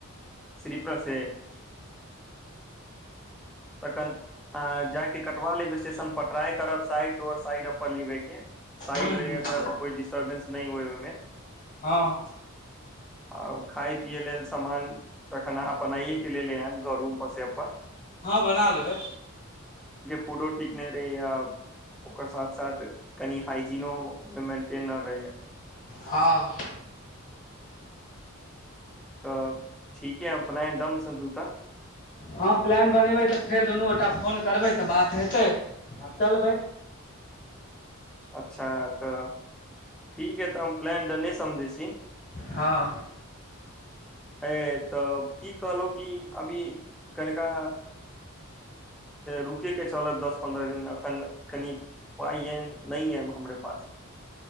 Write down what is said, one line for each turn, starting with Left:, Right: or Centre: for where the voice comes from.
Centre: सिलीपर सेे तखन जाके कटवा लेब स्टेशन पर ट्रई करब साइड डोर साइड अपन लेबेके साइड
Left: ह्म
Centre: रहे
Left: ह्म
Centre: तऽ कोइ डिस्टर्बेंस नहि होय ओहिमे
Left: हाँ
Centre: आ खाय पियै लेल सामान तखन बनाइएके लेल ल आयब घरूम पर से अपन
Left: हँ बना लेबै
Centre: कोनो ठीक नहि फेर आब ओकर साथ साथ कनि हाइजीनो मे मेंटेन आओर रहै
Left: हाँ
Centre: तऽ ठीक है फलायडम समझूता
Left: हँ प्लान बनेबै तऽ फेर दुनू गोटा फोन करबै त बात हेतैय चलबै
Centre: अच्छा तऽ ठीक हइ तऽ हम प्लान डने समझै छी
Left: हाँ
Centre: अ तऽ की कहलहु कि अभी कनिका रुकैके चलत दस पन्द्रह दिन एखन कनि पाइ आ नहि आएब हमरे पास